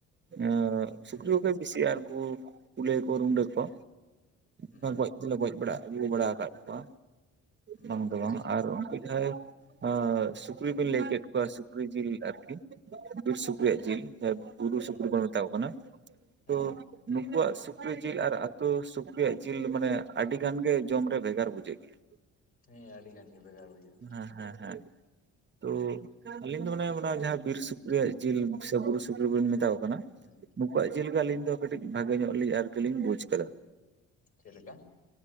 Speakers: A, on the right (about 35°); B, on the left (about 45°).
A: ᱮᱸᱜ
B: ᱦᱩᱸ
A: ᱥᱩᱠᱨᱤ ᱠᱚᱜᱮ ᱵᱤᱥᱤᱜ-ᱟ ᱟᱨ ᱩᱱᱠᱩ ᱠᱩᱞᱟᱹᱭ ᱠᱚ ᱨᱩᱰᱟᱹ ᱠᱚ
B: ᱦᱩᱸ
A: ᱛᱚ ᱜᱚᱡ ᱛᱤᱱᱟᱹᱜ ᱜᱚᱡ ᱵᱟᱲᱟ ᱟᱹᱜᱩ ᱵᱟᱲᱟ ᱟᱠᱟᱫ ᱠᱚᱣᱟ
B: ᱦᱩᱸ
A: ᱵᱟᱝ ᱫᱚ
B: ᱟᱪᱪᱷᱟ
A: ᱵᱟᱝ ᱟᱨ ᱩᱱᱠᱩ ᱡᱟᱦᱟᱸᱭ ᱟᱸ ᱥᱩᱠᱨᱤ ᱵᱤᱱ ᱞᱟᱹᱭ ᱠᱮᱫ ᱠᱚᱣᱟ ᱥᱩᱠᱨᱤ ᱡᱤᱞ ᱟᱨᱠᱤ ᱵᱤᱨ ᱥᱩᱠᱨᱤᱭᱟᱜ ᱡᱤᱞ᱾ ᱦᱚᱸ ᱵᱩᱨᱩ
B: ᱦᱩᱸ
A: ᱥᱩᱠᱨᱤ ᱵᱚᱱ ᱢᱮᱛᱟᱣᱟᱠᱚ ᱠᱟᱱᱟ
B: ᱦᱩᱸ
A: ᱛᱚ ᱱᱩᱠᱩᱣᱟᱜ ᱥᱩᱠᱨᱤ ᱡᱤᱞ ᱟᱨ ᱟᱛᱩ ᱥᱩᱠᱨᱤᱭᱟᱜ ᱡᱤᱞ ᱢᱟᱱᱮ ᱟᱹᱰᱤ ᱜᱟᱱ ᱜᱮ ᱡᱚᱢ ᱨᱮ ᱵᱷᱮᱜᱟᱨ ᱵᱩᱡᱷᱟᱹᱜ ᱜᱮᱭᱟ᱾
B: ᱦᱮᱸ ᱟᱹᱰᱤᱜᱟᱱ ᱜᱮ ᱵᱷᱮᱜᱟᱨ ᱵᱩᱡᱷᱟᱹᱜ-ᱟ᱾
A: ᱜᱮᱭᱟ ᱦᱮᱸ ᱦᱮᱸ ᱦᱮᱸ ᱛᱳ ᱟᱞᱤᱧ ᱫᱚ ᱢᱚᱱᱮᱦᱚᱭ ᱢᱟᱱᱮ ᱚᱱᱟ ᱡᱟᱦᱟᱸ ᱵᱤᱨ ᱥᱩᱠᱨᱤᱭᱟᱜ ᱡᱤᱞ ᱥᱮ ᱵᱩᱨᱩ ᱥᱩᱠᱨᱤ ᱵᱚᱱ ᱢᱮᱛᱟ ᱠᱚ ᱠᱟᱱᱟ
B: ᱦᱩᱸ
A: ᱱᱩᱠᱩᱣᱟᱜ ᱡᱮ ᱞᱮᱠᱟ ᱟᱹᱞᱤᱧ ᱫᱚ ᱠᱟᱹᱴᱤᱡ ᱵᱷᱟᱜᱮ ᱧᱚᱜ ᱞᱤᱧ ᱟᱨᱠᱤᱞᱤᱧ ᱵᱩᱡᱽ ᱠᱟᱫᱟ᱾
B: ᱪᱮᱜ ᱞᱮᱠᱟ?